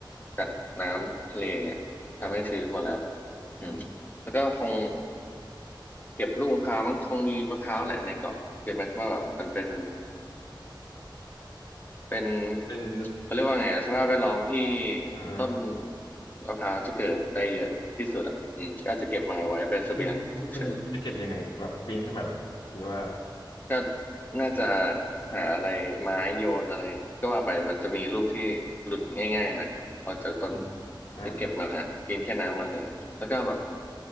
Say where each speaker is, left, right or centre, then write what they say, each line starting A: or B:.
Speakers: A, on the left; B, on the left.
A: จากน้ำทะเลอย่างเงี้ยทำให้ชื้นหมดแล้ว
B: นะครับอืม
A: อืมแล้วก็คง เก็บลูกมะพร้าวมันคงมีมะพร้าวแหละในเกาะเก็ตไหมว่าแบบมันเป็นเป็น
B: เป็น
A: เขาเรียกว่าไงอะสภาพแวดล้อมที่
B: อ่า
A: ต้นมะพร้าวจะเกิดได้เยอะที่สุดอ่ะอืมก็อาจจะเก็บมาไว้เป็นเสบียงฉุกเฉิน
B: คุณคุณจะเก็บยังไงแบบปีนขึ้นไปเหรอหรือว่า
A: ก็น่าจะหาอะไรไม้โยนอะไรก็ว่าไปมันจะมีลูกที่หลุดง่ายๆหน่อยออกจากต้น
B: อืมอ่าครับ
A: ที่เก็บมากินแค่น้ำมันอะไรอย่างเลยแล้วก็แบบ